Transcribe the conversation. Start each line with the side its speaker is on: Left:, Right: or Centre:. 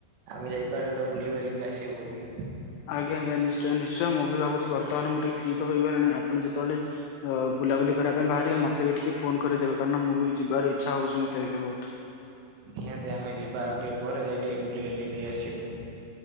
Right: ଆମେ ଯାଇ କୁଆଡେ ଗୋଟେ ବୁଲି ବାଲିକି ଆସିବୁ ବୋଲି।
Left: ଆଜ୍ଞା ଆଜ୍ଞା, ନିଶ୍ଚୟ ନିଶ୍ଚୟ ମୁଁ ବି ଭାବୁଛି ବର୍ତମାନ ମୁଁ ଟିକେ ଫ୍ରି ତ ହେଇଗଲିଣି ଆପଣ ଯେତେବେଳେ ଅ ବୁଲାବୁଲି କରିବା ପାଇଁ ବାହାରିବେ ମତେ ବି ଟିକେ ଫୋନ କରିଦେବେ କାରଣ ମୁଁ ବି ଯିବାର ଇଚ୍ଛା ହଉଛି ମତେ ଏବେ ବହୁତ।
Right: ନିହାତି ଆମେ ଯିବା ଆଉ ଟିକେ ପରେ ଯାଇ ଟିକେ ବୁଲି ବାଲି ହେଇ ଆସିବୁ।